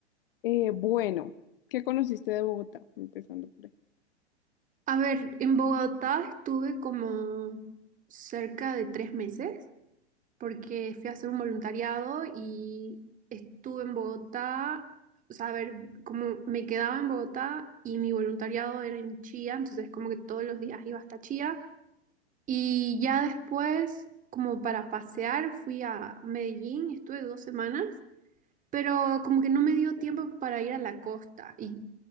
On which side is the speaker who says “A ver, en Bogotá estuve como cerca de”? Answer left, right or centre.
Right